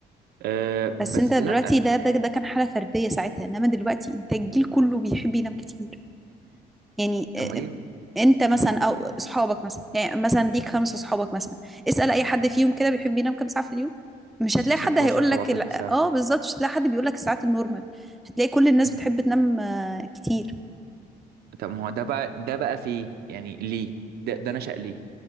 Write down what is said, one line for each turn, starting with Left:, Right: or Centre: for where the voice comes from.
Right: أه
Centre: بس
Right: بس
Centre: انت دلوقتي
Right: لا
Centre: ده ده ده كان حالة فردية ساعتها انما دلوقتي انت الجيل كله بيحب ينام كتير يعني
Right: طب
Centre: اه،
Right: ما دي
Centre: آه، انت مثلا
Right: مم،
Centre: او اصحابك مثلا يعني مثلا ليك خمسة اصحابك مثلا اسأل اي حد فيهم كده بيحب ينام كام ساعة في اليوم مش هتلاقي حد
Right: 16
Centre: هيقول لك
Right: 17
Centre: لا- اه
Right: ساعة
Centre: بالظبط مش هتلاقي حد بيقول لك الساعات النورمال هتلاقي كل الناس
Right: مم.
Centre: بتحب تنام اه، كتير
Right: طب ما هو ده بقى ده بقى في ايه يعني ليه ده ده نشأ ليه